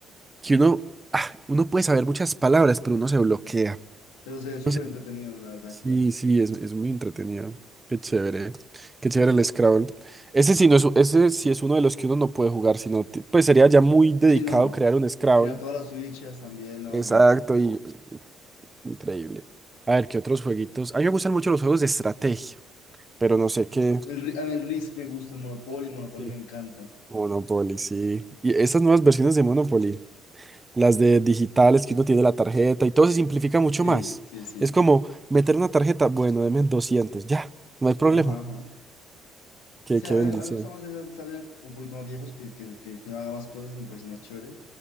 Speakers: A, on the right (about 20°); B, on the left (about 85°).
A: que uno, ah, uno puede saber muchas palabras, pero uno se bloquea.
B: Pero se ve súper
A: No sé.
B: entretenido, la verdad,
A: Sí,
B: de jugar.
A: sí, es, es muy entretenido. Qué chévere, qué chévere el Scrabble. Ese sí, no es, u- ese sí es uno de los que uno no puede jugar, sino, ti- pues sería ya muy dedicado
B: Sí, no.
A: crear un Scrabble.
B: Crear todas las fichas también, no,
A: Exacto,
B: no, no.
A: y increíble. A ver, ¿qué otros jueguitos? A mí me gustan mucho los juegos de estrategia, pero no sé qué.
B: El, Ri- a mí el Risk me gusta, el Monopoly, Monopoly
A: Sí.
B: me encanta.
A: Monopoly, sí. Y esas nuevas versiones de Monopoly. las de digitales que uno tiene la tarjeta y todo se simplifica mucho
B: Sí,
A: más.
B: sí, sí.
A: Es como meter una tarjeta, bueno, deme 200 ya, no hay problema.
B: Ajá, ajá.
A: Qué,
B: O sea,
A: qué bendición.
B: a mí, a mí me gusta más, esa- tal vez, un poquito más viejos, que, que, que, que uno haga más cosas, me parece más chévere.